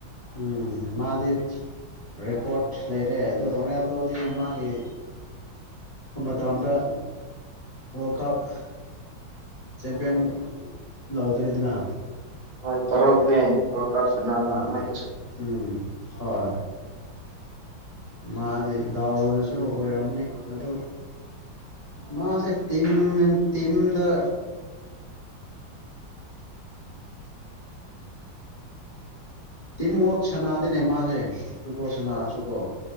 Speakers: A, on the left; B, on the right.
A: ꯎꯝ ꯃꯥꯗꯤ ꯔꯦꯀꯣꯔꯠ ꯂꯩꯔꯦ ꯑꯗꯣ ꯔꯣꯅꯦꯜꯗꯣꯗꯤ ꯃꯥꯒꯤ ꯃꯇꯝꯗ ꯀꯠꯁ ꯆꯦꯝꯄꯤꯌꯟ ꯂꯥꯎꯗ꯭ꯔꯦꯗꯅ
B: ꯍꯣꯏ ꯇꯔꯨꯛꯅꯦ ꯋꯥꯜ ꯀꯥꯞ ꯁꯥꯟꯅꯕ
A: ꯎꯝ
B: ꯑꯃꯇꯁꯨ ꯉꯝꯒꯤꯗꯦ
A: ꯎꯝ ꯍꯣꯏ ꯃꯥꯗꯤ ꯗꯥꯎꯅꯁꯨ ꯑꯣꯏꯔꯝꯅꯤ ꯑꯗꯨ ꯃꯥꯁꯦ ꯇꯤꯝ ꯇꯝꯗ ꯇꯤꯝ ꯋꯥꯛ ꯁꯅꯥꯗꯤꯅꯦ ꯃꯥꯁꯦ ꯐꯨꯠꯕꯣꯜ ꯁꯟꯅꯔꯁꯨꯀꯣ